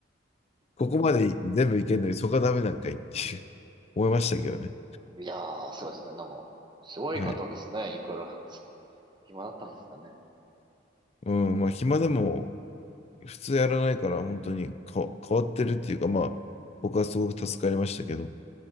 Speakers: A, on the left; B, on the right.
A: ここまで全部いけるのに、そこはダメなんか言っていう <laughs> 思いましたけどね。
B: いやー、そうですね。なんか、すごい方ですね。
A: はい。
B: いくら。<laughs> お暇だったんですかね。
A: うん、まあ、暇でも、普通やらないから、本当にか変わってるっていうか、まあ、僕はすごく助かりましたけど、っ